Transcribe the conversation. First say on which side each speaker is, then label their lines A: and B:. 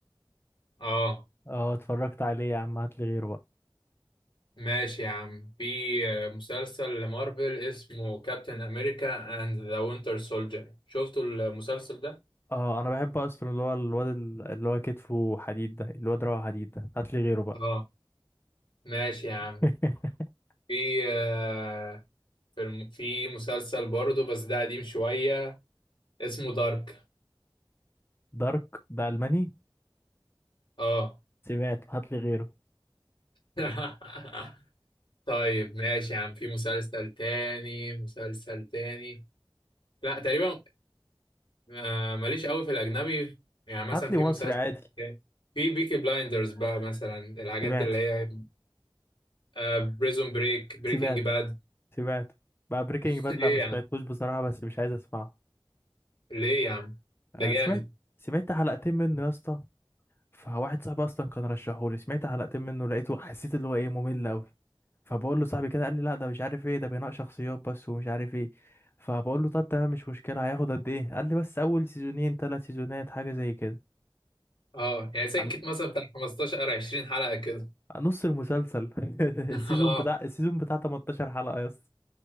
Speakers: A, on the left; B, on the left.
A: اه
B: اه اتفرجت عليه يا عم هاتلي غيره بقى
A: ماشي يا عم في مسلسل لمارفل اسمه كابتن امريكا اند ذا وينتر سولجر شفتوا المسلسل ده
B: اه انا بحب اصلا اللي هو الواد ال- اللي هو كتفه حديد ده الواد روعه حديد ده هاتلي غيره بقى
A: اه ماشي يا عم
B: <laughs>
A: في آه، في الم- في مسلسل برضه بس ده قديم شوية اسمه دارك
B: دارك ده ألماني
A: اه
B: سمعت هاتلي غيره
A: <laughs> طيب ماشي يا عم في مسلسل تاني مسلسل تاني لا تقريبا آه، ماليش قوي في الاجنبي يعني مثلا
B: هاتلي
A: في
B: مصري
A: مسلسل
B: عادي
A: تاني. في بيكي بلايندرز بقى مثلا الحاجات
B: سمعته
A: اللي هي آه بريزون بريك بريكنج
B: سمعته
A: باد
B: سمعته بقى بريكنج
A: <laughs>
B: باد
A: ليه
B: لا ما
A: يا
B: سمعتوش
A: عم
B: بصراحة بس مش عايز اسمعه
A: ليه يا عم ده
B: أنا
A: جامد
B: سمعت سمعت حلقتين منه يا اسطى فواحد صاحبي اصلا كان رشحهولي سمعت حلقتين منه لقيته حسيت اللي هو ايه ممل قوي فبقول له صاحبي كده قال لي لا ده مش عارف ايه ده بناء شخصيات بس ومش عارف ايه فبقول له طب تمام مش مشكله هياخد قد ايه قال لي بس اول سيزونين ثلاث سيزونات حاجه زي كده
A: اه يعني سكت
B: قال-
A: مثلا بتاع 15 او 20 حلقة كده
B: نص المسلسل <laughs>
A: <laughs>
B: السيزون بتاع
A: اه
B: السيزون بتاع 18 حلقه يا اسطى